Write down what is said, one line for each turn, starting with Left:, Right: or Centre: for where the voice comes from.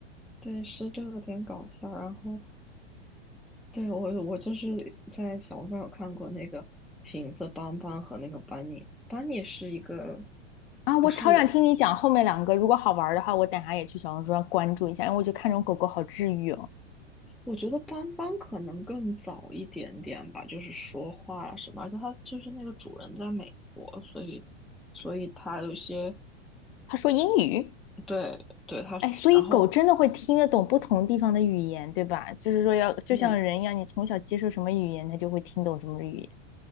Centre: 对，是就有点搞笑。然后对我我就是在小红书上有看过那个瓶子邦邦和那个班尼，班尼是一个。
Left: 啊！我超想听你讲后面两个，
Centre: 不是。
Left: 如果好玩的话，我等下也去小红书上关注一下，因为我就看这种狗狗好治愈哦。
Centre: 我觉得斑斑可能更早一点点吧，就是说话啊什么，而且它就是那个主人在美国，所以所以它有一些
Left: 他说英语，
Centre: 对对它，
Left: 哎，所以狗真的会听得懂不同地方的语言，
Centre: 然后
Left: 对吧？就是说要就像人一样，
Centre: 嗯，
Left: 你从小接受什么语言，它就会听懂什么语言。